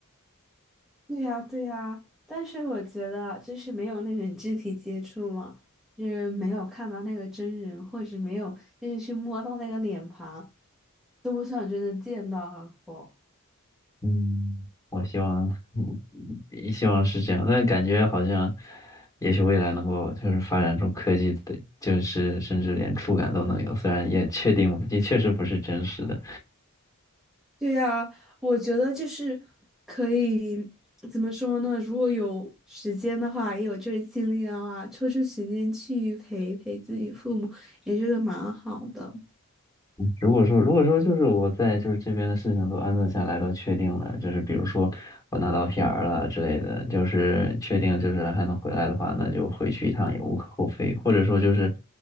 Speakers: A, in the centre; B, on the left.
A: 对呀，对呀，但是我觉得就是没有那种肢体接触嘛，就是没有看到那个真人，或者没有就是去摸到那个脸庞，都不想真的见到过。
B: 嗯，我希望，嗯，也希望是这样。但感觉好像，也许未来能够就是发展出科技的，就是甚至连触感都能有，虽然也确定也确实不是真实的。
A: 对呀，我觉得就是可以怎么说呢？如果有时间的话，也有这个精力的话，抽出时间去陪陪自己父母，也是个蛮好的。
B: 如果说如果说就是我在就是这边的事情都安顿下来都确定了，就是比如说我拿到 PR 了之类的，就是确定就是还能回来的话，那就回去一趟也无可厚非，或者说就是，